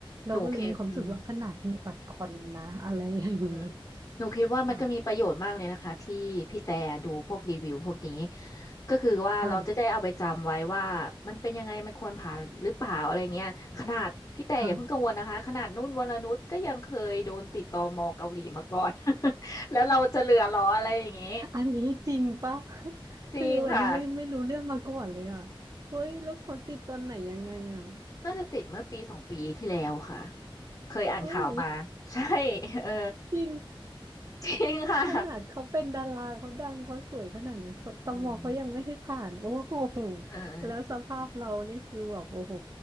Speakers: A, on the right; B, on the left.
A: เราก็เลยมีความรู้สึกว่าขนาดมีบัตรคอนนะอะไรอย่างงี้
B: หนูคิดอืมอืมหนูคิดว่ามันก็มีประโยชน์มากเลยนะคะที่พี่แต่ดูพวกรีวิวพวกนี้
A: ค่ะ
B: ก็คือว่าเราจะได้เอาไปจำไว้ว่ามันเป็นยังไงมันควรผ่านหรือเปล่าอะไรเงี้ยขนาดพี่แต่อย่าเพิ่งกังวลนะคะขนาดนุ่นวรนุชก็ยังเคยโดนติดตมเกาหลีมาก่อน
A: ค่ะค่ะ
B: <laughs> แล้วเราจะเหลือเหรออะไรอย่างงี้
A: อันนี้จริงปะ <laughs>
B: จริงค่ะ
A: คืออันนี้ไม่ไม่รู้เรื่องมาก่อนเลยอะเฮ้ยแล้วเขาติดตอนไหนยังไงอะ
B: <laughs> น่าจะติดเมื่อปีสองปีที่แล้วค่ะเคยอ่านข่าวมาใช่
A: เฮ้ย
B: เออ
A: <laughs> จริง
B: จริงค่ะ
A: ขนาดเขาเป็นดาราเขาดังเขาสวยขนาดนั้นเขาตมเขายังไม่ให้ผ่านโอ้โห
B: อืม เออ
A: แล้วสภาพเรานี่คือแบบโอ้โห